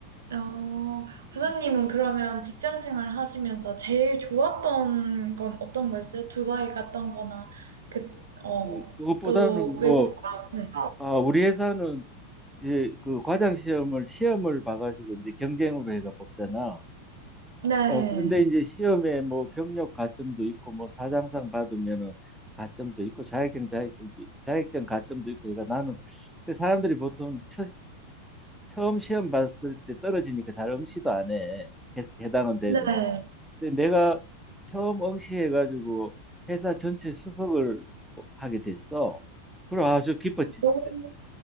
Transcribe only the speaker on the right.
어,
부장님은 그러면 직장 생활 하시면서 제일 좋았던 건 어떤 거였어요? 두바이 갔던 거나, 그, 어,
또 외국,
네.
네.
네.
오,